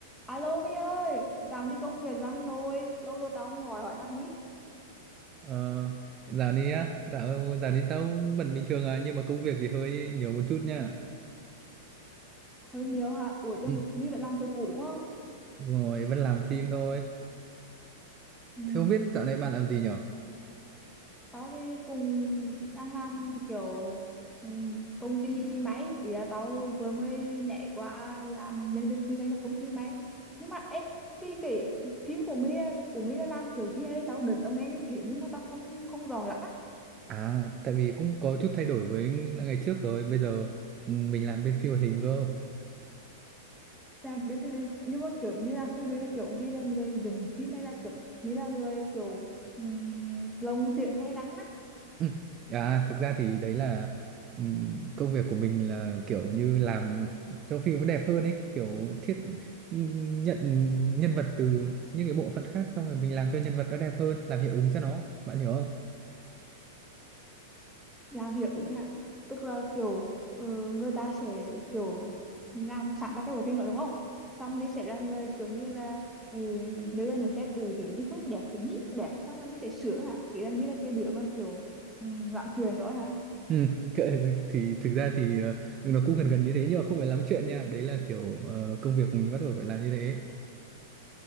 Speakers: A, in the centre; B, on the right.
A: Alo My ơi, dạo đi công việc lắm rồi, lâu rồi tao không gọi hỏi thăm My.
B: Ờ, dạo này á, dạo, dạo này tao vẫn bình thường à, nhưng mà công việc thì hơi nhiều một chút nha.
A: Hơi nhiều hả? Ủa cho
B: Ừ.
A: My vẫn làm chỗ cũ đúng không?
B: Đúng rồi, vẫn làm phim thôi.
A: Ừm,
B: Thế không biết dạo này bạn làm gì nhở?
A: tao thì cùng đang làm kiểu ừm, công ty máy, ý là tao vừa mới nhảy qua làm nhân viên kinh doanh cho công ty máy. Nhưng mà ê, cái cái phim của My của My đã làm kiểu gì hay tao đợt tao nghe mới kể nhưng mà tao không không rõ lắm.
B: À, tại vì cũng có chút thay đổi với lại ngày trước rồi, bây giờ ừ, mình làm bên phim hoạt hình cơ.
A: làm bên phim hành nhưng mà kiểu như là phim hành là kiểu mi là người dừng phim hay là kiểu mi là người kiểu um, lồng tiếng hay đắng á
B: Ừ. À, thực ra thì đấy là ừm, công việc của mình là kiểu như làm cho phim nó đẹp hơn ấy, kiểu thiết ừm, nhận nhân vật từ những cái bộ phận khác xong rồi mình làm cho nhân vật nó đẹp hơn, làm hiệu ứng cho nó, bạn hiểu không?
A: làm hiệu ứng ha tức là kiểu ờ, người ta sẽ kiểu làm sẵn ra cái bộ phim đó đúng không xong mi sẽ là người kiểu như là ừ, nếu là nhận xét ừ, cái nhí không đẹp cái nhí đẹp xong rồi mi sẽ sửa hả ý là mi là cái đứa mà kiểu um, làm truyền đó hả
B: Ừ, kệ- thì thực ra thì ờ, nó cũng gần gần như thế nhưng mà không phải lắm chuyện nha đấy là kiểu ờ, công việc mình bắt buộc phải làm như thế